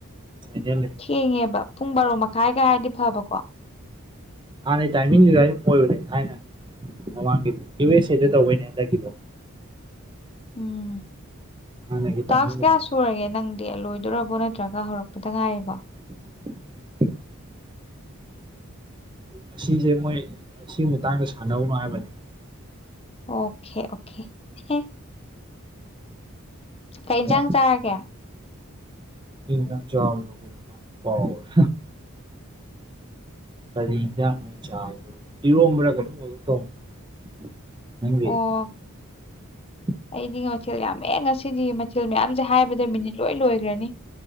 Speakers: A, on the right; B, on the left.
A: ꯐꯩꯅ ꯂꯩ
B: ꯊꯦꯡꯉꯦꯕ ꯄꯨꯡ ꯕꯥꯔꯣ ꯃꯈꯥꯏꯒ ꯍꯥꯏꯔꯗꯤ ꯐꯕꯀꯣ
A: ꯍꯥꯟꯅꯩ ꯇꯥꯏꯃꯤꯡꯗꯤ ꯑꯗꯥ꯭ꯎꯋꯥꯟꯗꯨ ꯑꯣꯏꯕꯅꯦ ꯊꯥꯏꯅ ꯃꯃꯥꯡꯒꯤꯗꯤ ꯌꯨ ꯑꯦꯁ ꯑꯦꯗ ꯇꯧꯕꯩꯅꯦ ꯍꯟꯗꯛꯀꯤꯗꯣ
B: ꯎꯝ
A: ꯍꯥꯟꯅꯒꯤ
B: ꯇꯥꯛꯁ
A: ꯇꯥꯏꯃꯤꯡꯗꯨꯗ
B: ꯀꯌꯥ ꯁꯨꯔꯒꯦ ꯅꯪ ꯇꯦꯜ ꯂꯣꯏꯗꯣꯔꯕꯣ ꯅꯠꯇ꯭ꯔꯒ ꯍꯧꯔꯛꯄꯗ ꯉꯥꯏꯔꯤꯕꯣ
A: inaudible <unintelligible> ꯑꯁꯤꯁꯦ ꯃꯣꯏ ꯑꯁꯤꯒꯤ ꯃꯇꯥꯡꯗ ꯁꯥꯟꯅꯧꯅꯣ ꯍꯥꯏꯕꯅꯦ
B: ꯑꯣꯀꯦ ꯑꯣꯀꯦ ꯑꯣꯀꯦ ꯀꯩ
A: ꯑꯗꯣ
B: ꯏꯟꯁꯥꯡ ꯆꯥꯔꯒꯦ
A: ꯀꯩ ꯌꯦꯟꯁꯥꯡ ꯆꯥꯕꯅꯣ ꯗꯨ ꯀꯥꯎꯒꯔꯦ ꯀꯔꯤ ꯌꯦꯟꯁꯥꯡꯅꯣ ꯑꯩ ꯆꯥꯕꯗꯨꯕꯨ ꯏꯔꯣꯝꯕ꯭ꯔ ꯀꯩꯅꯣꯝ ꯑꯣꯏꯒꯨꯝꯇꯧꯕꯅꯦ inaudible <unintelligible>
B: ꯑꯣ
A: <unintelligible>
B: ꯑꯩꯗꯤ ꯃꯊꯦꯜ ꯌꯥꯝꯃꯦ ꯉꯁꯤꯗꯤ ꯃꯊꯦꯜ ꯃꯌꯥꯝꯁꯦ ꯍꯥꯏꯕꯗ ꯃꯤꯅꯤꯠ ꯂꯣꯏ ꯂꯣꯏꯒ꯭ꯔꯅꯤ